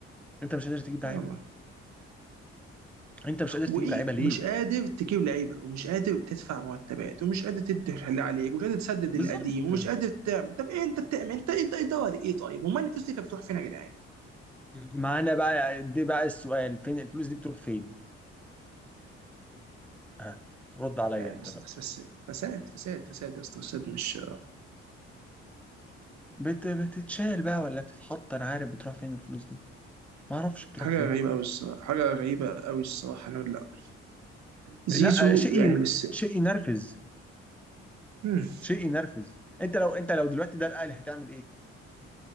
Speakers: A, in the centre; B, on the right.
A: انت مش قادر تجيب لعيبه؟
B: الله
A: انت مش قادر
B: وايه
A: تجيب لعيبه ليه؟
B: ومش قادر تجيب لعيبه ومش قادر تدفع مرتبات ومش قادر تدي اللي عليك ومش قادر تسدد
A: بالظبط
B: القديم ومش قادر تعمل طب ايه انت بتعمل انت انت اداره ايه طيب وما الفلوس دي كانت بتروح فين يا جدعان
A: معانا بقى يعني دي بقى السؤال فين الفلوس دي بتروح فين؟ ها رد عليا
B: يعني
A: انت
B: بس
A: بقى
B: بس بس فساد فساد فساد يا اسطى فساد مش
A: بت... بتتشال بقى ولا بتتحط انا عارف بتروح فين الفلوس دي ما اعرفش بتروح
B: حاجه
A: فين
B: غريبه قوي الصراحه حاجه غريبه قوي الصراحه انا لا زيزو
A: لا شيء
B: يعني
A: ين...
B: بس
A: شيء ينرفز
B: مم.
A: شيء ينرفز انت لو انت لو دلوقتي ده الاهلي هتعمل ايه؟